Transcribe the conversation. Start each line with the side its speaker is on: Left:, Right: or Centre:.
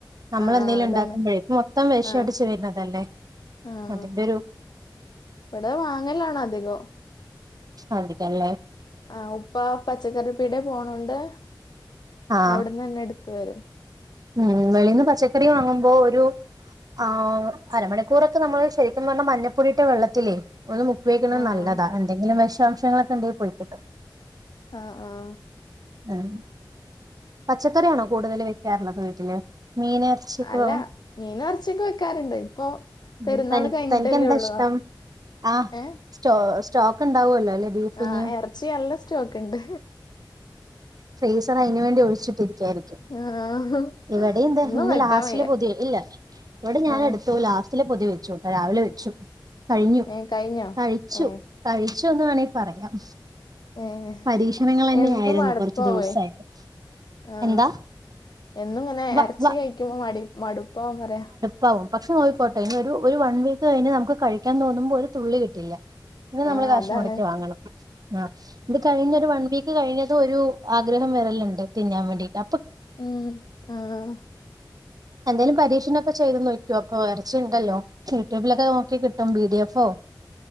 Right: നമ്മളെന്തേലും
Left: ആഹ് ആഹ് അതാണ്
Right: ഉണ്ടാക്കുമ്പോഴേ ഇപ്പ മൊത്തം വിശടിച്ച്
Left: ആഹ്
Right: വരുന്നതലേ
Left: ആഹ്
Right: അതിന്റെ ഒരു
Left: ഇവിടെ വാങ്ങലാണ് അധികം
Right: അതികല്ലേ
Left: ആഹ് ഉപ്പ പച്ചക്കറിപ്പീടെ പോണോണ്ട്
Right: ആഹ്
Left: അവിടുന്ന് തന്നെ എടുത്ത് വരും
Right: ഉം വെളിൽന്ന് പച്ചക്കറി വാങ്ങുമ്പോ ഒരു ആഹ് അരമണിക്കൂർക്കെ നമ്മള് ശരിക്കും പറഞ്ഞാൽ മഞ്ഞപ്പൊടീട്ട വെള്ളത്തിലേ ഒ ഉപയോഗിക്കുന്നത്
Left: ആഹ്
Right: നല്ലതാ എന്തെങ്കിലും വിശാംശങ്ങളൊക്കെ ഉണ്ടെിൽ പോയി കിട്ടും
Left: ആഹ് ആഹ്
Right: ഉം പച്ചക്കറിയാണോകൂടുതല് വെക്കാറുള്ളത് വീട്ടില് മീന് ഇറച്ചിയൊക്കെ
Left: അല്ല
Right: വാങ്ങും
Left: മീനും ഇറച്ചൊക്കെ വെക്കാറുണ്ട് ഇപ്പൊ പെരുന്നാൾ
Right: ഉം തനിക്ക്
Left: കഴിഞ്ഞിട്ടല്ലേ
Right: തനിക്കെന്താ
Left: ഉള്ളൂ
Right: ഇഷ്ടം
Left: അ
Right: ആഹ്
Left: എ
Right: സ്റ്റോ സ്റ്റോക്ക് ഉണ്ടാവുമല്ലോ അല്ലേ ബീഫിനെ
Left: ആഹ് ഇറച്ചി നല്ല സ്റ്റോക്ക് ഉണ്ട്
Right: ഫ്രീസർ അതിനു വേണ്ടി ഒ ക്ഷിട്ടിരിക്കുകായിരിക്കും
Left: ആഹ്
Right: ഇവിടെ എന്താ
Left: ഒന്നും
Right: ഇന്ന്
Left: വെക്കാൻ
Right: ലാസ്റ്റില്
Left: വയ്യ
Right: പുതിയ ഇല്ല ഇവിടെ ഞാൻ
Left: ആഹ്
Right: എടു ഇ ലാസ്റ്റിലെ പൊതി വെച്ചുട്ടോ രാവിലെ വെച്ചു കഴിഞ്ഞു
Left: ഏഹ് കഴിഞ്ഞോ
Right: കഴിച്ചു
Left: ഏഹ്
Right: കഴിച്ചോന്ന് വേണമെങ്കിൽ പറയാം
Left: ഏഹ്
Right: പരീക്ഷണങ്ങൾ തന്നെ
Left: എന്നും
Right: ആയിരുന്നു
Left: മടപ്പാവേ
Right: കുറച്ച് ദിവസായിട്ട്
Left: ആഹ്
Right: എന്താ
Left: എന്നും ഇങ്ങനെ
Right: വ
Left: ഇറച്ചി
Right: വ
Left: കഴിക്കുമ്പോ മ മടുപ്പന്ന് പറയാ
Right: പാവും പക്ഷെ നോയിക്കോട്ടെ അ ഒരു വൺ വീക്ക് കതിന് നമുക്ക് കഴിക്കാൻ തോന്നുമ്പോൾ ഒരു തുള്ളി കിട്ടില്ല പിന്നെ നമ്മള്
Left: ആഹ്
Right: കാശ്
Left: അതാണ്
Right: മുടക്കി വാങ്ങണം ആഹ് പിന്നെ ഒരു വൺ വീക്ക് കഴിഞ്ഞത് ഒരു ആഗ്രഹം വരല്ലുണ്ട് തിന്നാൻ വേണ്ടീയിട്ട
Left: ഉം ആഹ്
Right: എന്തേലും പരീക്ഷണൊക്കെ ചെയ്ത് നോക്കോക്ക ഇറച്ചി ഉണ്ടല്ലോ യൂട്യൂബിലൊക്കെ നോക്കി കിട്ടും പിഡി എഫോ